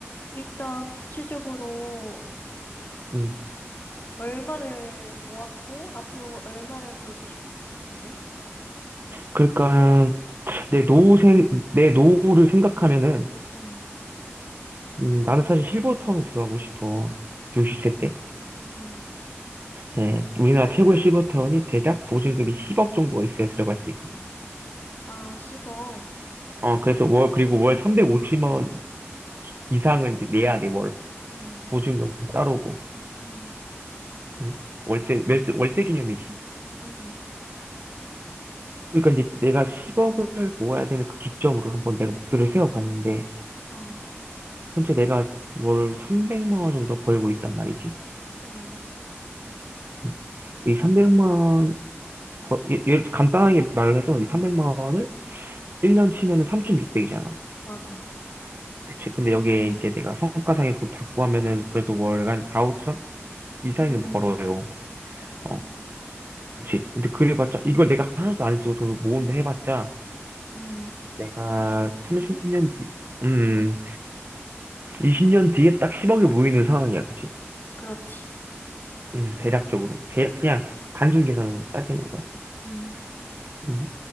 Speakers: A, on the left (about 45°); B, on the right (about 50°).
A: 일단 구체적으로
B: 음
A: 얼마를 모았고 앞으로 얼마를 벌고 싶은데?
B: 그러니까 내 노후생 내 노후를 생각하면은
A: 음,
B: 음, 나는 사실 실버타운에 들어가고 싶어 60세 때
A: 음.
B: 예, 우리나라 최고의 실버타운이 대략 보증금이 10억 정도가 있어야 들어갈 수 있거든
A: 아, 10억.
B: 어 그래서 월 그리고 월 350만 원 이상을 이제 내야 돼월
A: 음,
B: 보증금 따로고
A: 음,
B: 음. 월세, 월세, 월세 기념이지?
A: 음,
B: 그러니까 이제 내가 10억을 모아야 되는 그 기점으로 한번 내가 목표를 세워봤는데,
A: 어,
B: 현재 내가 월 300만 원 정도 벌고 있단 말이지.
A: 음,
B: 음. 이 300만 원, 벌- 예- 예를 들어 간단하게 말을 해서 이 300만 원을 1년 치면은 3,600이잖아.
A: 맞아.
B: 그치. 근데 여기에 이제 내가 성과상여금 받고 하면은 그래도 월간 4, 5천 이상은
A: 음,
B: 벌어요. 어,
A: 음,
B: 그치. 근데 그래봤자, 이걸 내가 하나도 안 쓰고 돈을 모은다 해봤자,
A: 음.
B: 내가
A: 20년?
B: 30년 뒤, 음, 20년 뒤에 딱 10억이 모이는 상황이야, 그치?
A: 그렇지.
B: 음, 대략적으로. 대략, 그냥 단순 계산으로 따지는 거야.
A: 음,
B: 음.